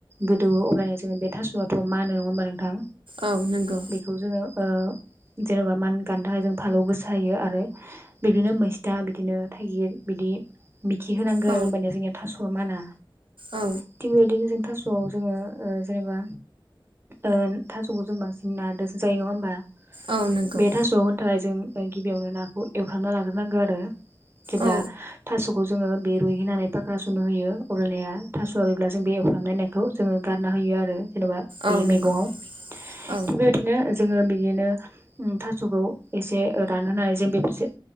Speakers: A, on the right; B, on the right.
A: गोदौओ अब्लानिया जोङो बे थास'वथ' मा होनो नङा होनबा नोंथां
B: औ नोंगौ
A: बेखौ जोङो ओ जेन'बा मान गान्दा होजों फालौ गोसा होयो आरो बिदिनो मैस्था बिदिनो थाइगिर बिदि मिखि होनांगौ
B: औ
A: आरो होमबाना जोंना थासवा माना
B: औ
A: थिग बेबादिनो जों थास'आव जोङो ओ जेनेबा ओ थास'खौ जों बांसिन ना दोसो जायो नङा‌ होमबा बे
B: औ नंगौ
A: थास'आव होनो थाखाय जों गिबियावनो नाखौ एवफ्रामना लाग्रोनांगौ आरो जेब्ला
B: औ
A: थास' -खौ जोङो बे रुहैनानै फाख्रा सुनो होयो अलनाया थास'वा रुयोब्ला जों बे एवफ्रामनायखौ जो गारना होयो आरो जेनेबा
B: औ
A: बे
B: नंगौ
A: मैगंआव थिग
B: औ
A: बेबायदिनो जोङो बिदिनो थास'खौ एसे रानहोनानै जों बेफोरसे